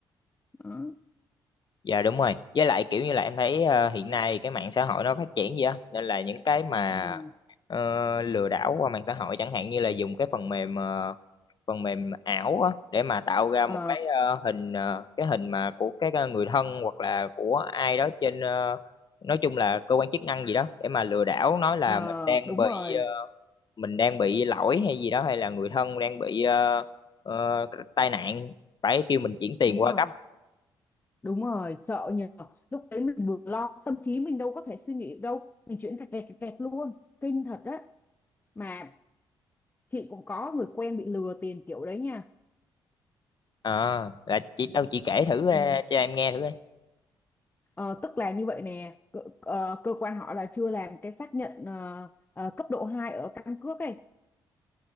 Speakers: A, on the left; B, on the left.
A: đó
B: Dạ đúng rồi. Với lại kiểu như là em thấy ờ, hiện nay cái mạng xã hội nó phát triển gì á nên là những cái mà
A: ừ.
B: ờ, lừa đảo qua mạng xã hội chẳng hạn như là dùng cái phần mềm ờ, phần mềm ảo á để mà tạo ra
A: ờ
B: một cái ờ, hình ờ, cái hình mà của cái ờ, người thân hoặc là của ai đó trên ờ, nói chung là cơ quan chức năng gì đó để mà lừa đảo nói là
A: ờ,
B: mình đang
A: đúng
B: bị
A: rồi
B: ờ, mình đang bị lỗi hay gì đó hay là người thân đang bị ờ, ờ, tai nạn phải kêu mình chuyển tiền
A: đúng
B: qua
A: rồi
B: gấp
A: Đúng rồi, sợ nhờ. Lúc đấy mình vừa lo, tâm trí mình đâu có thể suy nghĩ được đâu. Mình chuyển rẹt rẹt rẹt rẹt luôn. Kinh thật đấy. Mà chị cũng có người quen bị lừa tiền kiểu đấy nha.
B: ờ là chị đâu chị kể thử
A: Ừ.
B: ờ, cho em nghe thử coi
A: Ờ, tức là như vậy nè, cơ, ờ, cơ quan họ là chưa làm cái xác nhận ờ, ờ, cấp độ 2 ở căn cước ấy.